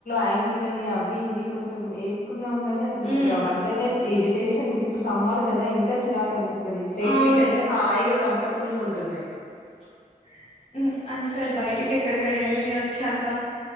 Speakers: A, on the left; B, on the left.
A: యాంకిల్ అని అవి ఇవి కొంచెం వేస్త కున్నాం గాని అసలు ఇప్పుడు
B: ఉమ్
A: అవంటేనే ఇరిటేషన్ ఇంక ఇప్పుడు సమ్మర్ కదా ఇంకా ఇంకా చిరాకు అనిపిస్తది స్ట్రైట్
B: అవును
A: ఫిట్ అయితే హాయిగా కంఫర్ట్ కంఫర్టబుల్గ్ ఉంటున్నాయి.
B: అ హ్మ్ అసలు బయటికి ఎక్కడికైనా వెళ్ళి వచ్చాక